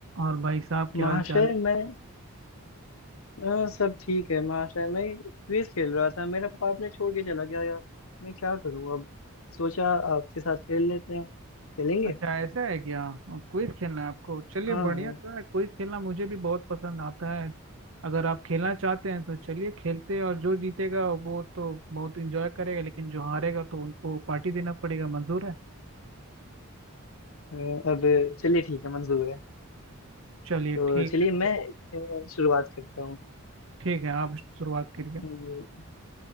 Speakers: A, on the right; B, on the left.
A: और भाई साहब क्या
B: महाशय
A: हाल चाल है
B: मैं हाँ, सब ठीक है महाशय मैं क्विज खेल रहा था मेरा पार्टनर छोड़ के चला गया यार मैं क्या करूँ अब सोचा आपके साथ खेल लेते हैं खेलेंगे
A: अच्छा ऐसा है क्या क्विज खेलना है आपको चलिए
B: हाँ
A: बढ़िया
B: हाँ,
A: तो है क्विज खेलना मुझे भी बहुत पसंद आता है अगर आप खेलना चाहते हैं तो चलिए खेलते हैं और जो जीतेगा वो तो बहुत इंजॉय करेगा लेकिन जो हारेगा तो उनको पार्टी देना पड़ेगा मंजूर है
B: हाँ। अब चलिए ठीक है मंजूर है
A: चलिए
B: तो
A: ठीक
B: चलिए
A: है
B: मैं
A: तो
B: अ, शुरुआत करता हूँ
A: ठीक है आप शुरुआत करिए
B: हम्म,